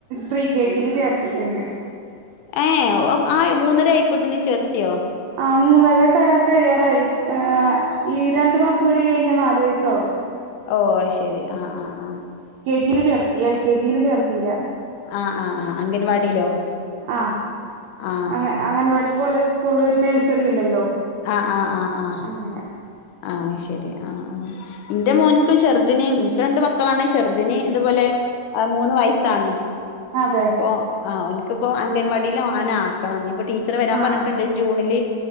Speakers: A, on the right; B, on the left.
A: പ്രീ കെ ജി യില് ചേർത്തിട്ടുണ്ട്.
B: ഏഹ് അവ് ആയോ മൂന്നര ആയിപ്പോത്തിന് ചേർത്തിയോ?
A: ആഹ് മൂന്നര കാ കഴിയാറായി. ഏഹ് ഈ രണ്ടു മാസം കൂടി കഴിഞ്ഞാൽ നാല് വയസാവും.
B: ഓ അത് ശരി ആഹ ആഹ് ആഹ
A: ഇതിൽ ചേർത്തി എൽ കെ ജിയില് ചേർത്തില്ല
B: ആഹ് ആഹ് ആഹ് അംഗൻവാടിയിലോ
A: ആഹ
B: ആഹ്
A: അ അങ്ങനവാടി പോലെ കുള്ളൂർ നഴ്സറി ഉണ്ടല്ലോ
B: ആഹ് ആഹ് ആഹ് ആഹ്
A: അങ്ങനെ
B: ആഹ് ശരി ആഹ് ആ എന്റെ മോനിക്കും ചെർദിനും എനിക്ക് രണ്ട് മക്കളാണ് ചെ ർദിന ഇതുപോലെ മൂന്ന് വയസ്സാണ്
A: അതെ
B: ഇപ്പ ആഹ ഒ നക്ക്പ്പോ അംഗൻവാടി ഇല്ല അവന ആക്കണം ഇനിയിപ്പൊ ടീച്ചർ വരാൻ
A: ആഹ്
B: പറഞ്ഞിട്ടുണ്ട്
A: ആഹ്
B: ജൂണില്